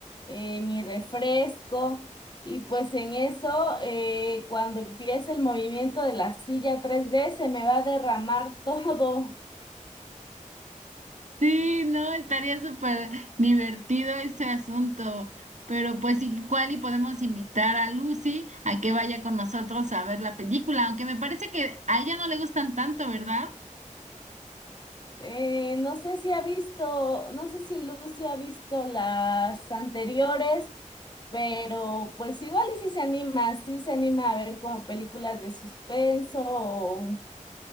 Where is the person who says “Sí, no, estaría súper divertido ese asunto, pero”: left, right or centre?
Right